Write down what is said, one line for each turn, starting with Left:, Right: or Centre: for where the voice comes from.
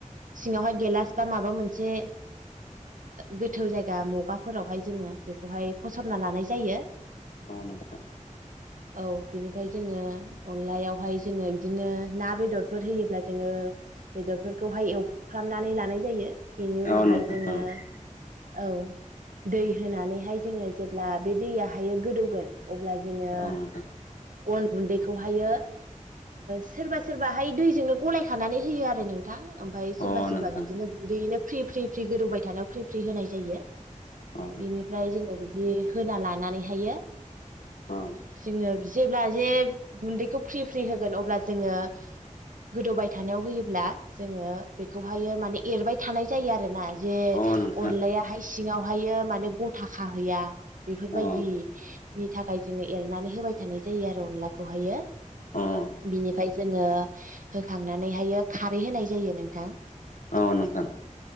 Right: सिङावहाय गेलास बा माबा मोनसे गोथौ जायगा मुगाफोरावहाय जोङो बेखौहाय फसरना लानाय जायो।
Left: आ नोंथां
Right: औ बिनिफ्राय जोङो अनलायावहाय जोङो बिदिनो ना बेदरफोर होयोब्ला जोङो बेदरफोरखौहाय एवफ्रामनानै लानाय जायो बेनि उनावहाय
Left: औ नोंथां
Right: जोङो
Left: औ
Right: औ दै होनानैहाय जोङो जेब्ला बे दैयहाय गोदौगोन अब्ला जोङो
Left: औ नोंथां
Right: अन गुन्दैखौहायो सोरबा सोरबाहाय दैजोंनो गलाय खानानै होयो आरो नों थां ओमफ्राय सोरबा
Left: अ
Right: सोरबा
Left: नोंथां
Right: बिदिनो
Left: अ नोंथां
Right: गुन्दैयैनो फ्रि फ्रि फ्रि गोदौबाय थानायाव फ्रि फ्रि होनाय जायो
Left: अ
Right: बिनिफ्राय जोङो बिदि होना लानानैहायो
Left: औ
Right: जोङो जेब्ला जे गुन्दैखौ फ्रि फ्रि होगोन अब्ला जोङो गोदौबाय थानायाव होयोब्ला जोङो बेखौहायो माने एरबाय थानाय जायो आरो ना जे
Left: अ नोंथां
Right: अनलाया हाय सिङावहायो माने गथा खाहैया बेफोरबायदि
Left: अ
Right: नि थाखाय जोङो एरनानै होबाय थानाय जायो आरो अनलाखौहायो।
Left: अ
Right: बिनिफ्राय जोङो होखांनानैहाय खारै होनाय जायो नोंथां
Left: औ नोंथां